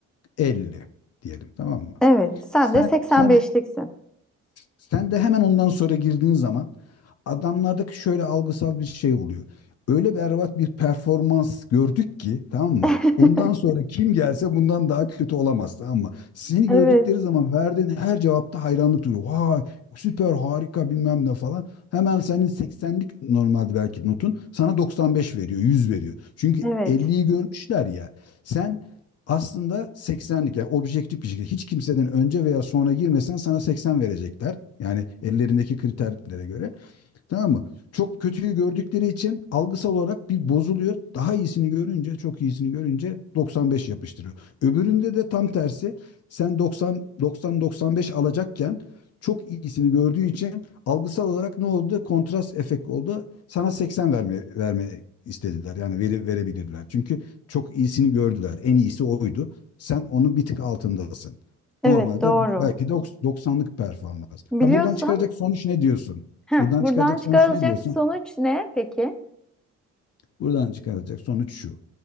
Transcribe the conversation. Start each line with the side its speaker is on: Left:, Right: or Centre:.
Left: 50 diyelim tamam mı?
Centre: Evet. Sen
Left: Sen
Centre: de 85'liksin.
Left: sen sen de hemen ondan sonra girdiğin zaman adamlardaki şöyle algısal bir şey oluyor. Öyle berbat bir performans gördük ki tamam mı?
Centre: <laughs>
Left: Ondan sonra kim gelse bundan daha kötü olamaz tamam mı? Seni
Centre: Evet.
Left: gördükleri zaman verdiğin her cevapta hayranlık duyuyor. Vay süper harika bilmem ne falan. Hemen senin 80'lik normalde belki notun sana 95 veriyor 100 veriyor. Çünkü
Centre: Evet.
Left: 50'yi görmüşler ya. Sen aslında 80'lik yani objektif bir şekilde hiç kimseden önce veya sonra girmesen sana 80 verecekler. Yani ellerindeki kriterlere göre. Tamam mı? Çok kötüyü gördükleri için algısal olarak bir bozuluyor. Daha iyisini görünce, çok iyisini görünce 95 yapıştırıyor. Öbüründe de tam tersi. Sen 90 90 95 alacakken çok iyisini gördüğü için algısal olarak ne oldu? Kontrast efekt oldu. Sana 80 verme verme istediler. Yani veri verebilirler. Çünkü çok iyisini gördüler. En iyisi oydu. Sen onun bir tık altındasın.
Centre: Evet
Left: Normalde
Centre: doğru.
Left: belki de 90'lık performans.
Centre: Biliyorsun.
Left: Ha buradan çıkaracak sonuç ne diyorsun?
Centre: Heh,
Left: Buradan
Centre: buradan
Left: çıkacak
Centre: çıkarılacak
Left: sonuç ne diyorsun?
Centre: sonuç ne peki?
Left: Buradan çıkacak sonuç şu.